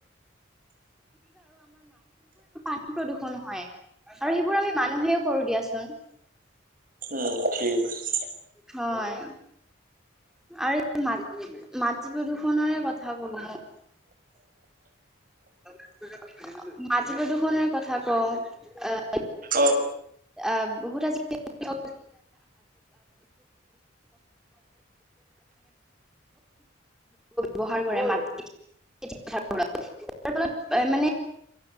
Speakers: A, in the centre; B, on the right (about 45°).
A: <unintelligible> <unintelligible> প্ৰদূষণ হয়। আৰু সেইবোৰ আমি মানুহেও কৰোঁ দিয়াচোন।
B: উম ঠিক আছে
A: হয়। আৰু মাট- মাটি প্ৰদূষণৰে কথা ক <inaudible> মাটি প্ৰদূষণৰ কথা কওঁ। অ'
B: অ'।
A: অ' বহুত আজিকালি <unintelligible> <inaudible> <unintelligible> ব্যৱহাৰ কৰে <inaudible> <unintelligible>